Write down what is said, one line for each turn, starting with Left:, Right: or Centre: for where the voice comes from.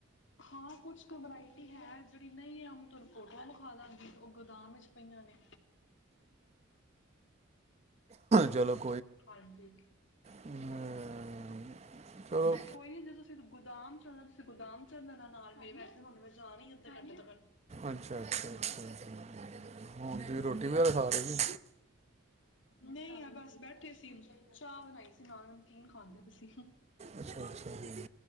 Left: ਹਾਂ ਕੁੱਛ ਕ ਵਰਾਇਟੀ ਹੈਂ। ਜਿਹੜੀ ਨਹੀਂ ਹੈ ਅਸੀਂ ਤੁਹਾਂਨੂੰ ਫ਼ੋਟੋਆਂ ਦਿਖਾ ਦੇਵਾਂਗੇ। ਉਹ ਗੋਦਾਮ ਵਿੱਚ ਪਈਆਂ ਨੇਂ।
Right: ਜਲ <inaudible>
Left: ਹਾਂਜੀ।
Right: ਅਮ, ਚਲੋ
Left: ਕੋਈ ਨੀਂ ਜੇ ਤੁਸੀਂ ਗੋਦਾਮ <inaudible> <unintelligible>
Right: ਅੱਛਾ ਅੱਛਾ। ਤੁਸੀਂ ਰੋਟੀ ਵਗ਼ੈਰਾ ਖਾ ਰਹੇ।
Left: ਨਹੀਂ। ਆਹ ਬਸ ਬੈਠੀਂ ਸੀ। ਚਾਹ ਬਣਾਈ ਸੀ ਨਾਲ਼ ਨਮਕੀਨ ਖਾਂਦੀ ਪਈ‌ ਸੀ।
Right: ਅੱਛਾ ਅੱਛਾ ਜੀ।